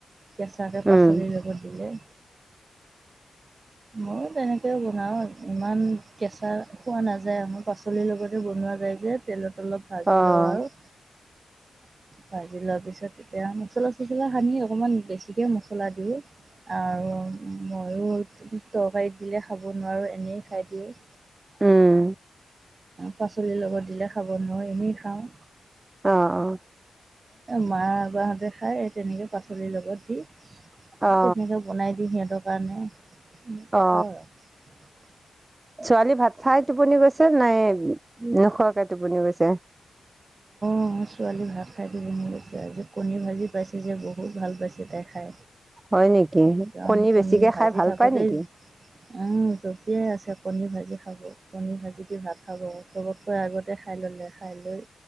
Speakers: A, on the right (about 45°); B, on the right (about 30°).
A: কেঁচাকে পাচলিৰ
B: উম
A: লগত দিলে। মই তেনেকে বনাও ইমান কেঁচা খোৱা নাযায় আমাক, পাচলিৰ লগতে বনোৱা যায় যে তেলত অলপ ভাজি
B: অ
A: লওঁ আৰু
B: <inaudible>
A: ভাজি লোৱাৰ পিছত এতিয়া মছলা চছলা সানি অকমান বেছিকে মছলা দিওঁ। আৰু মইও তৰকাৰীত দিলে খাব নোৱাৰোঁ এনেই খাই দিওঁ।
B: উম।
A: পাচলিৰ লগত দিলে খাব নোৱাৰো এনেই খাওঁ।
B: অ', অ'।
A: মাগাহঁতে খায় এই তেনেকৈ পাচলিৰ লগত দি।
B: অ
A: তেনেকে বনাই দিওঁ সিহঁতৰ কাৰণে।
B: অ
A: খাওঁ আৰু।
B: ছোৱালী ভাত খাই টোপনি গৈছে নাই, নোখোৱাকে টোপনি গৈছে। <inaudible>
A: অ', ছোৱালী ভাত খাইটো জিনি লৈছে আৰু যে কণী ভাজি পাইছে যে বহুত ভাল পাইছে তাই খাই।
B: হয় নেকি
A: একদম কণী
B: বেছিকে
A: ভাজি
B: খাই ভাল
A: থাকোতেই
B: পায় নেকি
A: উম, জঁপিয়াই আছে। কনীৰ ভাজি খাব কনীৰ ভাজি দি ভাত খাব চবতকৈ আগতে খাই ল'লে, খাই লৈ